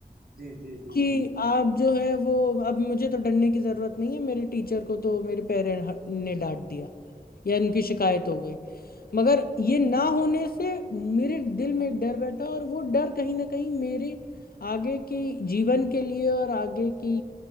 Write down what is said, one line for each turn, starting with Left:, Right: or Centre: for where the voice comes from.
Right: जी जी जी
Left: कि
Right: जी
Left: आप जो है वो अब मुझे तो डरने की ज़रूरत नहीं है मेरे टीचर को तो मेरे पेरेंट ने डांट दिया या उनकी शिकायत हो गई मगर ये ना होने से मेरे दिल में एक डर बैठा और वो डर कहीं ना कहीं मेरे आगे की जीवन के लिए और आगे की